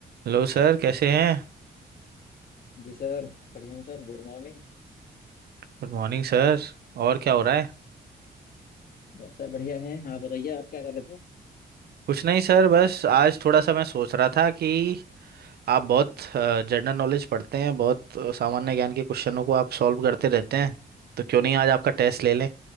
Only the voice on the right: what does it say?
Hello sir कैसे हैं
Good morning sir और क्या हो रहा है
कुछ नहीं सर बस आज थोड़ा सा मैं सोच रहा था कि आप बहुत जनरल नॉलेज पढ़ते हैं बहुत अ, सामान्य ज्ञान के क्वेश्चनों को आप सॉल्व करते रहते हैं तो क्यों नहीं आज आपका टेस्ट ले लें